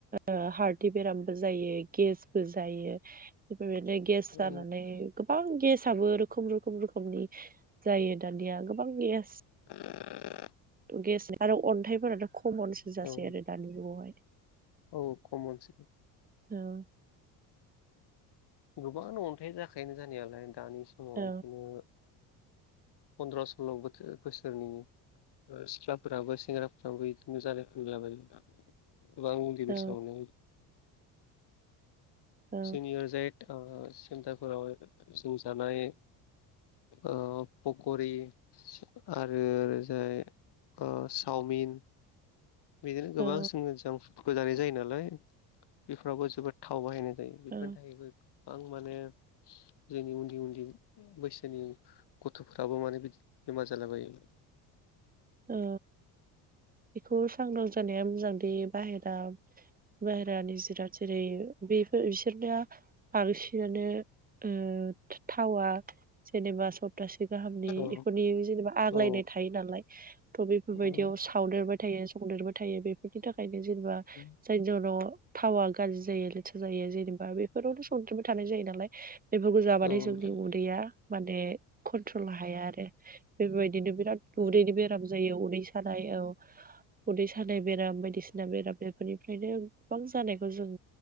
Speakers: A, on the right; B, on the left.
A: ओ हार्टनि बेरामबो जायो गेसबो जायो बेफोरबायदिनो गेस
B: औ
A: जानानै गोबां गेसआबो रोखोम रोखोम रोखोमनि जायो दानिया गोबां गेस
B: <inaudible>
A: गेस आरो अन्थाइफोराथ' खमनसो जासै
B: औ
A: आरो दानि जुगावहाय।
B: औ खमनसै।
A: औ
B: गोबांयानो अन्थाइ जाखायोनो जानायालाय दानि समाव
A: औ
B: बिदिनो फन्द्र' सल्ल बोथोर -बोसोरनि ओ सिख्लाफोराबो सेंग्राफ्राबो बिदिनो जानायफैलाबायो। गोबां उन्दै
A: औ
B: बैसोआवनो
A: औ
B: जनियर <unintelligible> जाय ओ सेन्टारफोराव जों जानाय ओ पकरि आरो ओजाय ओ सावमिन बिदिनो गोबां
A: औ
B: जोङो जां फुडखौ जानाय जायो नालाय बेफोरावबो जोबोद थाव बाहायनाय जायो। बेफोरनि
A: औ
B: थाखायबो गोबां माने जोंनि उन्दै उन्दै बैसोनि गथ'फोराबो माने बिदि बेमार जाला बायोमोन
A: ओ बेखौ सांग्रां जानाया मोजांदि बाहेरा बाहेरानि जिराद जेरै बेफोर बिसोरनिया बांसिनानो ओ थावा जेनेबा सब थासे गाहामनि
B: औ
A: इफोरनि जेनेबा आग्लायनाय
B: औ
A: थायो नालाय। थ' बेफोरबायदियाव
B: औ
A: सावदेरबाय थायो संदेरबाय थायो बेफोरनि थाखायनो जेनेबा
B: उम
A: जायनि जाउनाव थावा गाज्रि जायो लेथ्रा जायो जेनेबा बेफोरावनो संद्रिबो थानाय जायो नालाय बेफोरखौ जाबाथाइ
B: औ
A: जोंनि उदैया माने कन्ट्रल हाया आरो। बेफोरबायदिनो बिराद उदैनि बेराम जायो उदै सानाय औ उदै सानाय बेराम बायदिसिना बेराम बेफोरनिफ्रायनो गोबां जानायखौ जों